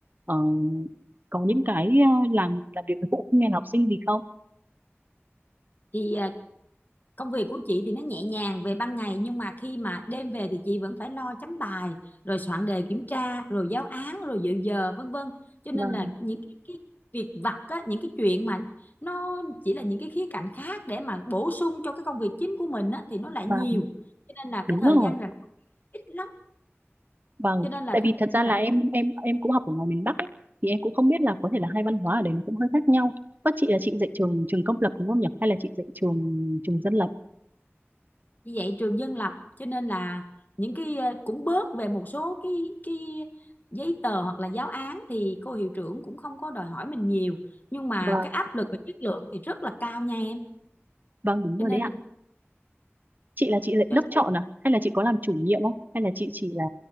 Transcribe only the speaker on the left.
thì à, công việc của chị thì nó nhẹ nhàng về ban ngày nhưng mà khi mà đêm về thì chị vẫn phải lo chấm bài rồi soạn đề kiểm tra rồi giáo án rồi dự giờ vân vân cho
nên là những cái, cái việc vặt á, những cái chuyện mà nó chỉ là những cái khía cạnh khác để mà bổ sung cho cái công việc chính của mình á, thì nó lại
nhiều cho nên là cái
thời
gian rảnh ít lắm
cho nên là
thời
gian
rảnh
như vậy trường dân lập cho nên là những cái ờ, cũng bớt về một số cái cái giấy tờ hoặc là giáo án thì cô hiệu trưởng cũng không có đòi hỏi mình nhiều nhưng mà
cái áp lực về chất lượng thì rất là cao nha em
cho nên
là
cho
nên